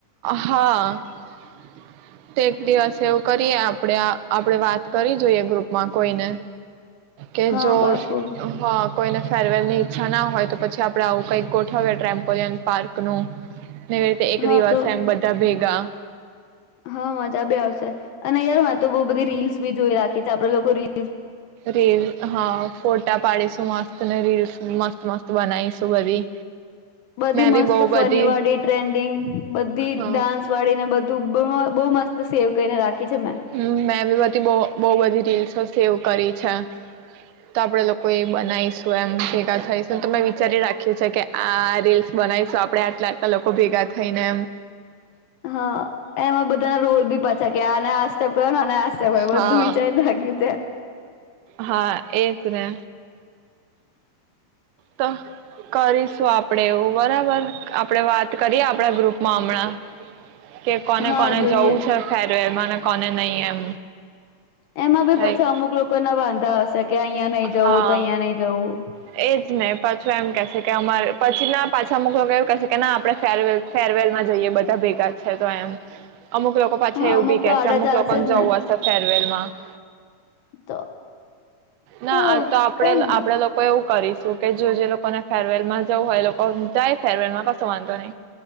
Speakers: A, on the right (about 75°); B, on the left (about 75°).
A: હા <inaudible> તે દિવસે એવું કરીએ આપડે-આપડે વાત કરી જોઈએ ગ્રુપમાં કોઈને કે
B: હા
A: જો
B: પાકું
A: હા કોઈને ફેરવેલની ઈચ્છા હોય પછી આપણે આવું કંઈક ગોઠવીએ ટ્રેમ્પોિયન પાર્ક એક નું તે એક દિવસ
B: હા તો
A: એમ બધા ભેગા
B: હા મજા બે આવશે અને યાર તો બહુ બધી રીલ્સ બી જોઈ રાખી છે આપડે લોકો બુરી
A: રેવી હા ફોટા પાડીશું મસ્ત મને રીલસ મસ્ત મસ્ત બનાઈશું બધી.
B: બધી
A: મેં
B: મસ્ત
A: બી બહુ
B: ફની
A: બધી
B: વાળી ટ્રેન્ડિંગ બધી
A: હા
B: ડાન્સ વાળી ને બધું બહુ મસ્ત તો સેવ કરીને રાખી છે મેં
A: હમ મેં બી બધી બ બહુ બધી રીલ્સ સેવ કરી છે. તો આપડે લોકો એ બનાવીશું એમ ભેગા થઈશ તમે વિચારી રાખ્યું છે કે આ રીલ્સ બનાવીશું આપણે આટલા આટલા લોકો ભેગા થઈને એમ
B: હા એમાં બધાના રોલ બી પાછા કે આના કોના નાસ્તા ભરવા
A: હા.
B: બધું વિચારીને લાગ્યું છે.
A: હા એજ ને. તો કરીશું આપડે એવું બરાબર આપડે વાત કરીએ આપણા ગ્રુપમાં હમણાં કે કોને
B: હા
A: કોને
B: જોઈએ
A: જવું છે ફેરવેરમાં કોને નહી એમ.
B: એમાં બી
A: લાઈક
B: પછી અમુક લોકોના વાંધા હશે. કે અહિયાં નહી જવું
A: હા
B: તો અહિયાં નઈ જવું.
A: એજ ને પાછું એમ કેશે કે અમારે પછીના પાછા અમુક લોકો એવું કેશે કે ના આપડણે ફેરવેલ ફેરવેલમાં જઈએ બધા ભેગા છે તો એમ. અમુક લોકો પાછા
B: હા
A: એવું
B: અમુક
A: બી કેહશે
B: તો આડા
A: છે અમુક
B: ચાલશે
A: લોકોને
B: જ
A: જવું
B: ને
A: હશે ફે ટ્રેનમાં <unintelligible>
B: તો
A: ના
B: હા
A: તો આપડે
B: કઈ નઈ
A: આપડે લોકો એવું કરીશું કે જો જે લોકોને ફેરવેલમાં જવું હોય એ લોકો જાય ફેરવેલમાં કશો વાંધો નહી.